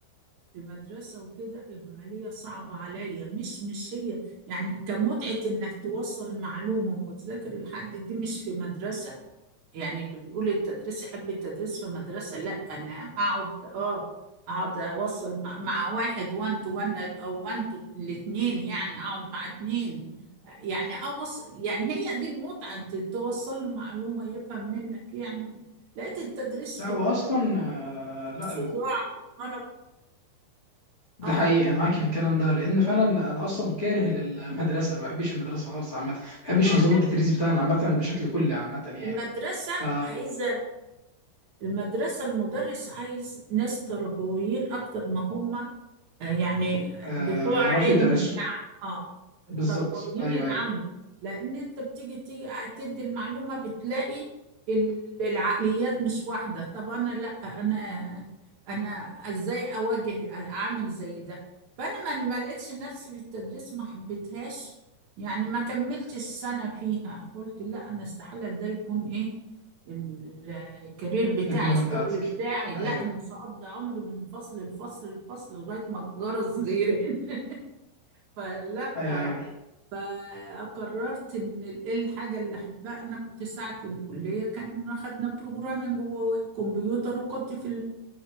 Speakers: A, on the right; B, on the left.
A: في مدرسة وكده العملية صعبة عليا مش مش هي يعني كمتعة انك توصل معلومة وتذاكر لحد دي مش في مدرسة يعني اللي بيقول التدريس يحب التدريس في مدرسة لا انا اقعد اه اقعد اوصل مع, مع واحد وان تو وان او وان تو الاتنين يعني اقعد مع اتنين يعني اوصل يعني هي دي المتعة انت توصل له معلومة يفهم منك يعمل لقيت التدريس
B: لا
A: في
B: هو
A: ال-
B: اصلا آه، لا
A: صداع وارق
B: ده
A: اه
B: حقيقة معاك في الكلام ده لأن فعلا أنا أصلا كاره للمدرسة أنا ما بحبش المدرسة خالص عامة ما بحبش
A: لا
B: نظام التدريس بتاعنا عامة بشكل كلي عامة يعني
A: المدرسة
B: ف
A: عايزة المدرسة المدرس عايز ناس تربويين أكتر ما هم آه، يعني
B: آه،
A: بتوع
B: يعرفوا
A: علم
B: يدرسوا
A: يعني اه التربويين
B: بالظبط أيوه
A: يتعاملوا
B: أيوه
A: لأن أنت بتيجي تيجي تدي المعلومة بتلاقي ال- العقليات مش واحدة طب أنا لأ أنا أنا إزاي أواجه أعمل زي ده فأنا ما ما لقيتش نفسي في التدريس ما حبيتهاش يعني ما كملتش السنة فيها قلت لأ أنا استحالة ده يكون إيه ال- الكارير بتاعي
B: تكملة
A: الشغل
B: بتاعتك
A: بتاعي
B: أيوه
A: لا انا مش هقضي عمري من فصل لفصل لفصل لغايه ما الجرس يرن <laughs> فلا
B: أيوه أيوه
A: فقررت ان ال- إيه الحاجه اللي احبها انا كنت ساعه الكليه كان خدنا بروجرامنج وكمبيوتر وكنت في